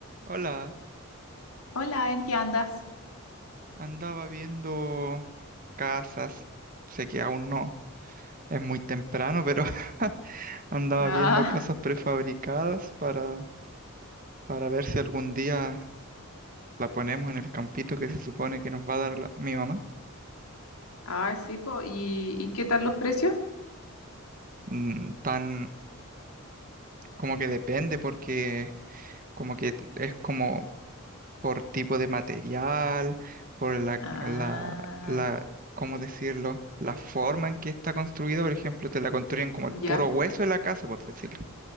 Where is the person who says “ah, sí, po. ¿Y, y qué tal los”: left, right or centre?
Left